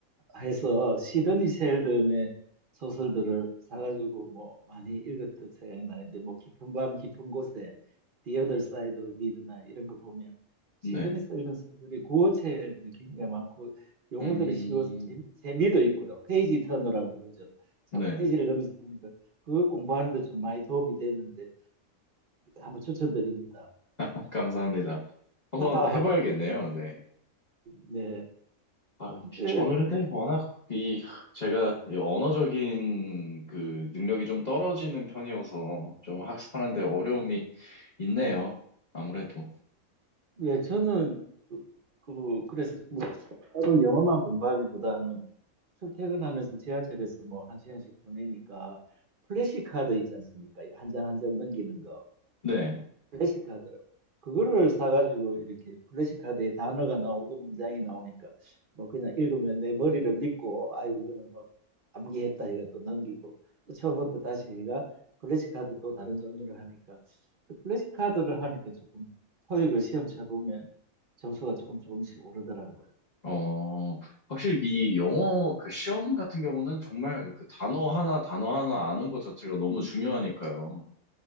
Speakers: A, on the right; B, on the left.
A: 해서 시드니 셸든의 소설들을 사가지고 뭐 많이 읽었던 생각이 나는데 뭐 깊은 밤 깊은 곳에 The Other Side of Midnight 이런 거 보면
B: 네.
A: 시드니 셸든 소설이 구어체들이 굉장히 많고 용어들이
B: 음.
A: 쉬워서 재미, 재미도 있고요. 페이지 터너라고 그러죠. 자꾸
B: 네.
A: 페이지를 넘면서 보니까 그거 공부하는 데 좀 많이 도움이 됐는데 한번 추천드립니다.
B: <laughs> 감사합니다. 한번
A: <laughs>
B: 해봐야겠네요. 네.
A: 네.
B: 아,
A: 근데
B: 저는 근데 워낙 이 제가 이 언어적인 그 능력이 좀 떨어지는 편이어서 좀 학습하는데 어려움이 있네요. 아무래도.
A: 예, 저는 그, 그- 그래서 뭐 따로 영어만 공부하기보다는 출퇴근하면서 지하철에서 뭐 한 시간씩 보내니까 플래시카드 있지 않습니까? 한 장 한 장 넘기는 거.
B: 네.
A: 플래시 카드라고. 그거를 사가지고 이렇게 플래시 카드에 단어가 나오고 문장이 나오니까 뭐 그냥 읽으면 내 머리를 믿고 아이고 이거는 뭐 암기했다 해가 또 넘기고 또 처음부터 다시 해가 플래시 카드 또 다른 종류를 하니까 그 플래시 카드를 하니까 조금 토익을 시험 쳐보면 점수가 조금 조금씩 오르더라고요.
B: 어, 확실히 이 영어 그 시험 같은 경우는 정말 그 단어 하나 단어 하나 아는 것 자체가 너무 중요하니까요.